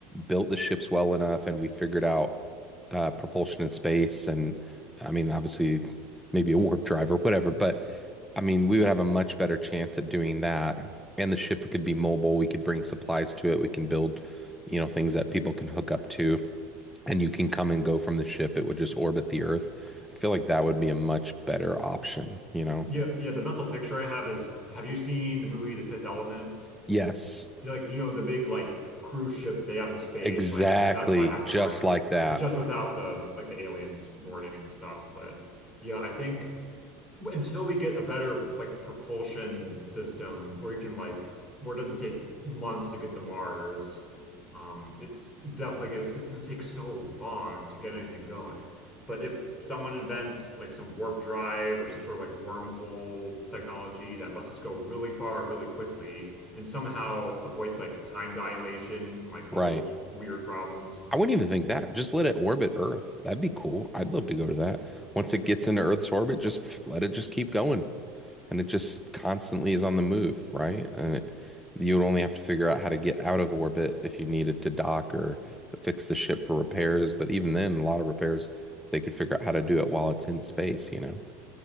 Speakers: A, in the centre; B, on the left (about 20°).
A: built the ships well enough and we figured out uh, propulsion in space, and I mean, obviously, maybe a warp drive or whatever, but I mean, we would have a much better chance at doing that. And the ship could be mobile. We could bring supplies to it. We can build, you know, things that people can hook up to, and you can come and go from the ship. It would just orbit the Earth. I feel like that would be a much better option, you know?
B: Yeah, yeah. The mental picture I have is, have you seen the movie The Fifth Element?
A: Yes,
B: You know, Like, you know, the big like cruise ship they have in space.
A: exactly.
B: Like, that's what I have
A: Just
B: in mind.
A: like that.
B: Just just without the like the aliens boarding and stuff. But yeah, I think until we get a better like propulsion system where you can like where it doesn't take months to get to Mars, um, it's definitely good. It's, going to take so long to get anything going. But if someone invents like some warp drive or some sort of like wormhole technology that lets us go really far really quickly and somehow avoids like time dilation, and, like all
A: Right.
B: those weird problems,
A: I wouldn't even think that. Just let it orbit Earth. That'd be cool. I'd love to go to that. Once it gets into Earth's orbit, just f- let it just keep going. And it just constantly is on the move, right? And it, you would only have to figure out how to get out of orbit if you needed to dock or fix the ship for repairs. But even then, a lot of repairs, they could figure out how to do it while it's in space, you know?